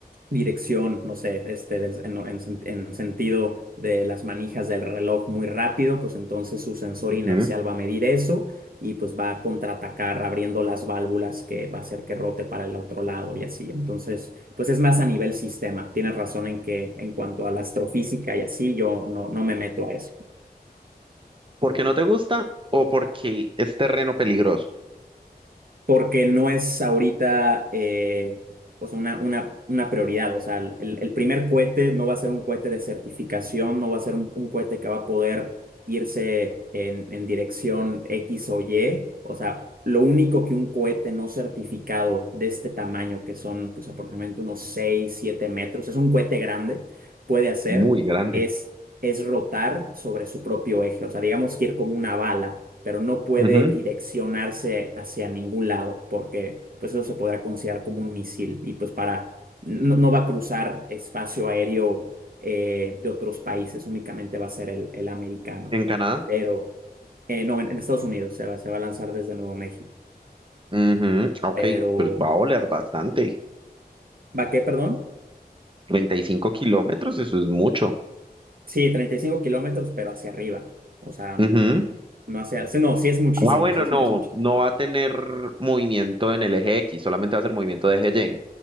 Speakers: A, on the right; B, on the right.
A: dirección, no sé, este, del- en, en sen- en sentido de las manijas del reloj muy rápido, pues entonces su sensor
B: Ujú.
A: inercial va a medir eso y pues va a contraatacar abriendo las válvulas que va a hacer que rote para el otro lado y así. Entonces, pues es más a nivel sistema. Tienes razón en que en cuanto a la astrofísica y así, yo no, no me meto a eso.
B: ¿Porque no te gusta o porque es terreno peligroso?
A: porque no es ahorita eh, o sea, una, una, una prioridad. O sea, el, el primer cohete no va a ser un cohete de certificación, no va a ser un, un cohete que va a poder irse en, en dirección X o Y. O sea, lo único que un cohete no certificado de este tamaño, que son pues, aproximadamente unos 6 7 metros, es un cohete grande, puede hacer
B: Muy grande.
A: es es rotar sobre su propio eje, o sea, digamos que ir como una bala, pero no puede
B: Ujú.
A: direccionarse hacia ningún lado, porque pues eso se podrá considerar como un misil y pues para, no, no va a cruzar espacio aéreo eh, de otros países, únicamente va a ser el, el americano,
B: ¿En Canadá?
A: pero eh, no, en, en Estados Unidos se va, se va a lanzar desde Nuevo México,
B: Ujú, Ok,
A: pero
B: pues va a oler bastante.
A: ¿va qué, perdón?
B: 35 kilómetros, eso es mucho.
A: Sí, 35 kilómetros, pero hacia arriba, o sea, mm,
B: Ujú.
A: mm, no hacia, sí, no, sí es muchísimo,
B: Ah, bueno,
A: o sea, es,
B: no,
A: es muchísimo.
B: no va a tener movimiento en el eje X, solamente va a ser movimiento de eje Y.